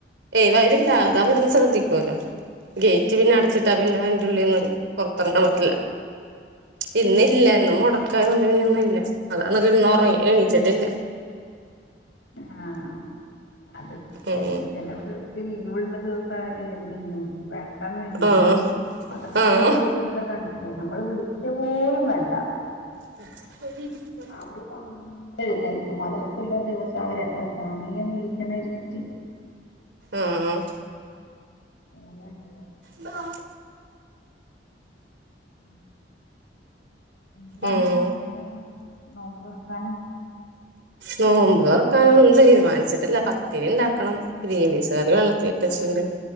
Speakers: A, on the right; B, on the left.
A: ഏയ് വരി ല്ല അതവിടുന്ന് ശ്രദ്ധിക്കുവല്ലോ ഗേറ്റ് പിന്നെ അടച്ചിട്ടാ പി പിന്നെ അയിന്റുള്ളിന്ന് പുറത്തിറങ്ങാൻ പറ്റില്ല ഇന്നില്ലഇന്ന് മുട- ക്കാ യോണ്ട് ഇന്നില്ല അതാന്ന് കിടന്ന് ഉറങ്ങി എണീച്ചിട്ടില്ല
B: ആഹ് അത് <unintelligible>
A: ഉം
B: ചെല വിട് ലീവുള്ള ദിവസം അവര് എന്തിയും പെട്ടെന്ന് എണീക്കും
A: ആഹ്
B: മദ്രസ
A: ആഹ്
B: ഇല്ലാത്ത ദിവ- ന്നലെ കണ്ടില്ലേ നമ്മള് വിളിക്ക പോലും വേണ്ട
A: <unintelligible>
B: അവര് പതുക്കെ എഴുന്നേൽക്കും മദ്രസള്ള ദിവസ അവരെ എത്ര സമയം വിളിക്കണരുന്ന
A: ആഹ് ആഹ്
B: നല്ല ആള്ണ്ടോ
A: ബാ
B: ഉം എന്താണ്
A: ഉം
B: പിന്നെ നോമ്പ് തുറക്കാന്
A: നോമ്പ് തുറക്കാനൊന്നും തീരുമാനിച്ചിട്ടില്ല പത്തിരി ഉണ്ടാക്കണം ഗ്രീൻപീസ് കറി വെള്ളത്തിട്ടച്ചിണ്ട്